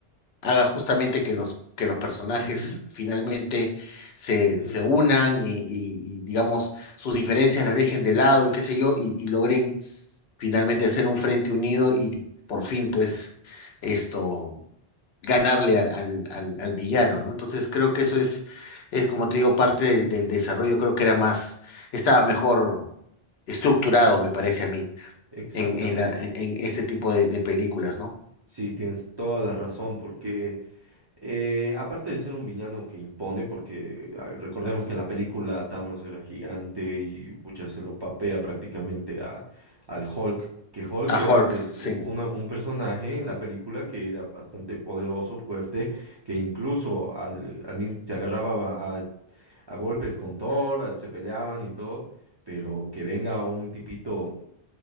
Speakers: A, on the left (about 75°); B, on the right (about 30°).
A: haga justamente que los, que los personajes
B: ujú,
A: finalmente se,
B: sí,
A: se unan y, y, y, digamos, sus diferencias las dejen de lado y qué sé yo, y y logren finalmente hacer un frente unido y por fin, pues, esto, ganarle al, al, al, al villano, ¿no? Entonces creo que eso es, es como te digo, parte del, del desarrollo, creo que era más, estaba mejor estructurado, me parece a mí,
B: exactamente.
A: en, en, la, en en este tipo de, de películas, ¿no?
B: Sí, tienes toda la razón, porque Eh, aparte de ser un villano que impone, porque a ver, recordemos que en la película Thanos era gigante y pucha, se lo papea prácticamente a, al Hulk, que Hulk
A: A
B: era
A: Hulk,
B: pues
A: sí,
B: u- una- un personaje en la película que era bastante poderoso, fuerte, que incluso al, al mismo, se agarraba a, a golpes con Thor, a- se peleaban y todo, pero que venga un tipito